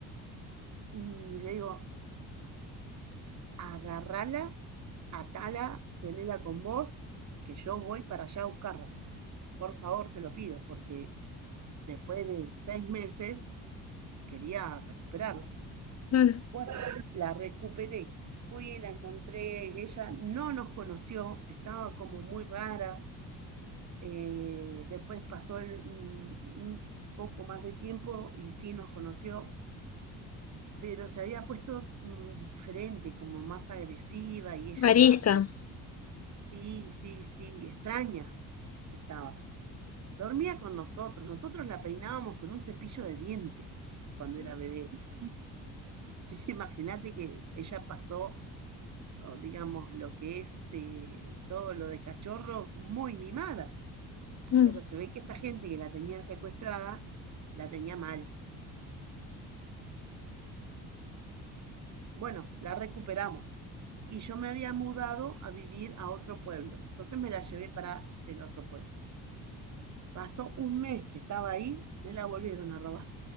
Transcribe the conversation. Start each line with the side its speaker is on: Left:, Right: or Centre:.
Right: y le digo, agarrala, atala, tenela con vos, que yo voy para allá a buscarla. Por favor, te lo pido, porque después de seis meses quería recuperarla.
Left: claro.
Right: Bueno, la recuperé. Fui, la encontré, ella no nos conoció, estaba como muy rara. eh, después pasó el- un, un poco más de tiempo y sí nos conoció, pero se había puesto mm, diferente, como más agresiva y ella
Left: Arisca.
Right: era Sí, sí, sí, extraña estaba. Dormía con nosotros, nosotros la peinábamos con un cepillo de dientes cuando era bebé. <laughs> Así que imagínate que ella pasó, o digamos, lo que es eh, todo lo de cachorro muy mimada,
Left: <laughs>
Right: pero se ve que esta gente que la tenía secuestrada la tenía mal. Bueno, la recuperamos y yo me había mudado a vivir a otro pueblo, entonces me la llevé para el otro pueblo. Pasó un mes que estaba ahí, me la volvieron a robar.